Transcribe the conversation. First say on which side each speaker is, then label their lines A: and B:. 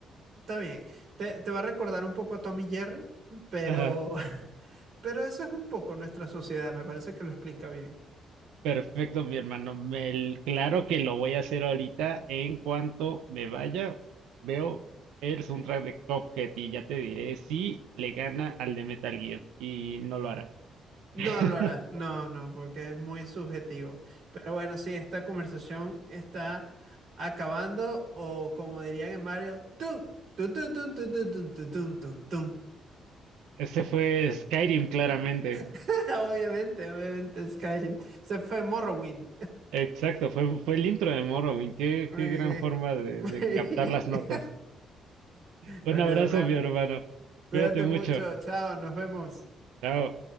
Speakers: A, on the right (about 60°); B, on the right (about 90°).
A: está bien. Te, te va a recordar un poco a Tommy Jerry, pero,
B: Ajá.
A: <laughs> pero eso es un poco nuestra sociedad. Me parece que lo explica bien.
B: Perfecto, mi hermano. Me- claro que lo voy a hacer ahorita. En cuanto me vaya, veo el soundtrack de Cuphead y ya te diré si le gana al de Metal Gear. Y no lo hará.
A: No
B: <laughs>
A: lo hará, no, no, porque es muy subjetivo. Pero bueno, sí, esta conversación está acabando o como dirían en Mario, tum, tum, tum, tum, tum, tum, tum, tum, tum, tum, tum.
B: Ese fue Skyrim, claramente.
A: <laughs> Obviamente, obviamente Skyrim. Se fue Morrowind.
B: Exacto, fue, fue el intro de Morrowind. Qué,
A: Muy
B: qué gran
A: bien,
B: forma de
A: <laughs> muy
B: de captar
A: bien.
B: las notas.
A: <laughs>
B: Un
A: Bueno,
B: abrazo,
A: hermano,
B: mi hermano.
A: cuídate
B: Cuídate mucho.
A: mucho. Chao, nos vemos.
B: Chao.